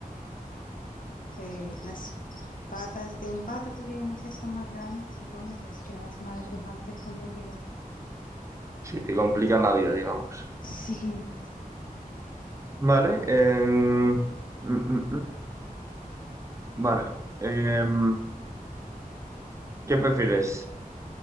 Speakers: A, on the left; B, on the right.
A: eh, las patas de un pato, porque yo no sé, son más grandes, supongo. Es que las manos de un hámster son muy pequeñas.
B: Sí, te complican la vida, digamos.
A: Sí,
B: Vale. em, mm, mm, mm. vale. em, ¿qué prefieres?